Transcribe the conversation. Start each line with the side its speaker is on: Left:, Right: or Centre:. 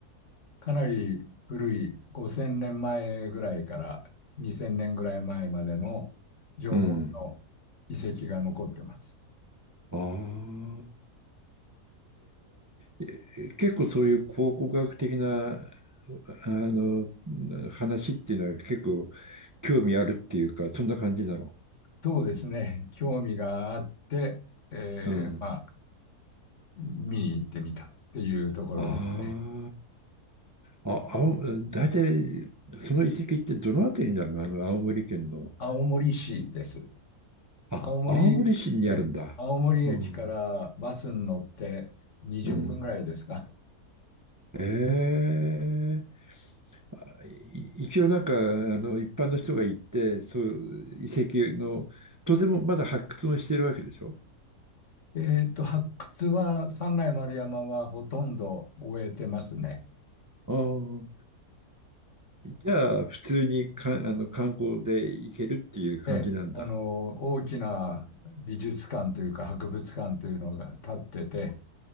Left: かなり古い5000年前ぐらいから2000年ぐらい前までの縄文の遺跡が残ってます。
Right: うん。ああ、ええ結構そういう考古学的な、あの、話っていうのは結構興味あるっていうか、そんな感じなの。
Left: そうですね。興味があって、えーまあ、
Right: うん。
Left: 見に行ってみたっていうところですね。
Right: ああ、あ、青大体、その遺跡ってどのあたりになるのあの、青森県の。
Left: 青森市です。
Right: あ、
Left: 青森、
Right: 青森市にあるんだ。
Left: え、青森駅からバスに乗って20分ぐらいですか。
Right: うん。うん。ええ。い一応なんか、あの、一般の人が行って、そういう遺跡の、当然もまだ発掘もしてるわけでしょ
Left: えっと、発掘は、三内丸山はほとんど終えてますね。
Right: ああ。じゃあ、普通にか、あの、観光で行けるっていう感じなんだ。
Left: ええ、あの、大きな美術館というか博物館というのが建ってて、